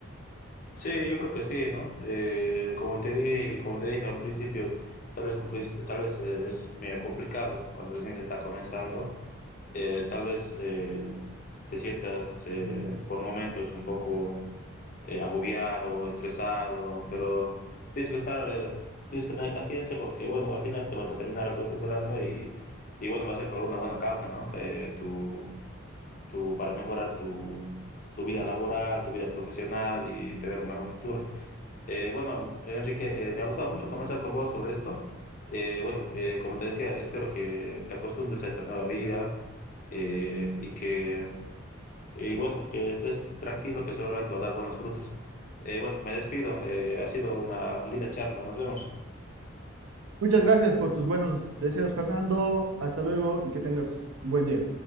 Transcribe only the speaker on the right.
Muchas gracias por tus buenos deseos, Fernando. Hasta luego y que tengas un buen día.